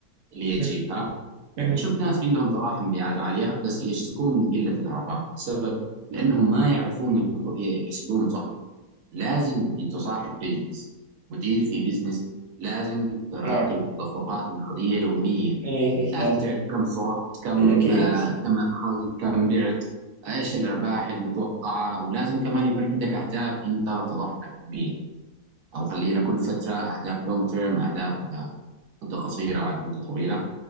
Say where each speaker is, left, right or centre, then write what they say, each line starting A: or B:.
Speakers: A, on the right; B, on the right.
A: اللي يجيبها
B: مهم. مهم.
A: أشوف ناس عندهم طراحة مبيعات عالية بس يشتكون من قلة الأرباح السبب لأنهم ما يعرفون يحب- يحسبون صح لازم أنت صاحب بزنس مدير في بزنس لازم تراقب
B: نعم
A: تدفقات النقدية يوميا
B: ايه إيه،
A: لازم
B: لازم
A: تعرف كم صرفت كم
B: ايه اكيد
A: آه، كم أدخلت كم بعت إيش الأرباح المتوقعة ولازم كمان يكون عندك أهداف أنت تضعها يوميا أو خلينا كل فترة أهداف لونج تيرم أهداف على مدة قصيرة وعلى مدة طويلة